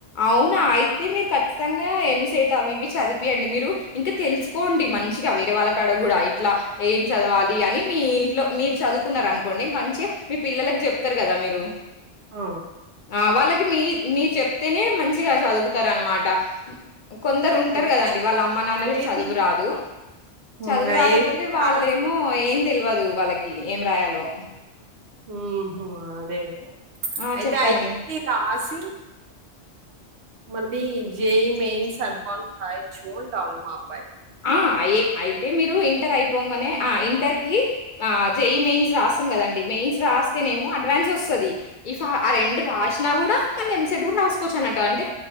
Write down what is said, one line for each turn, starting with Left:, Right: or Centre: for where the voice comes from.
Left: అవునా అయితే మీరు ఖచ్చితంగా ఎంసెట్. అవి ఇవి చదుపియండి మీరు ఇంకా తెల్సుకోండి మంచిగా వేరే వాళ్ళ కాడ కూడా ఇట్లా ఏం చదవాలి. అని మీ ఇంట్లో మీరు చదువ్కున్నార్ అన్కోండి మంచిగా మీ పిల్లలకి చెప్తార్ కదా మీరు.
Right: ఆ!
Left: ఆహ్ వాళ్ళకి మీ మీరు చెప్. తేనే మంచిగా చదువ్తార్ అన్మాట. కొందరు ఉంటారు
Right: అయితే
Left: కదండి
Right: ఐ
Left: వాళ్ళ అమ్మ నాన్నలకి
Right: ఐఐటీ
Left: చదువు రాదు.
Right: హ్మ్.
Left: చదువు రాకపోతే
Right: ఐఐటీ రాసి
Left: వాళ్ళేమో ఏం తెల్వదు వాళ్ళకి ఏం రాయాలో.
Right: ఉహు అదే గాని.
Left: ఆ!
Right: అయితే
Left: చెప్పండి.
Right: ఐటీ రాసి మం. ఈ జేయి మెయిన్స్ అడ్వాన్స్ రాయొచ్చు అంటా ఉండు మా అబ్బాయి.
Left: ఆహ్ అయి అయితే మీరు ఇంటర్ అయిపోగాన్నే ఆహ్ ఇంటర్ కి ఆ జేయి మెయిన్స్ రాస్తాం కదండి. మెయిన్స్ రాస్తేనేమో అడ్వాన్స్ ఒస్తది ఇ ఆ రెండు రాసినా కూడా. మళ్ళీ ఎంసెట్ కూడా రాస్కోచ్చు అన్నట్ట అంటే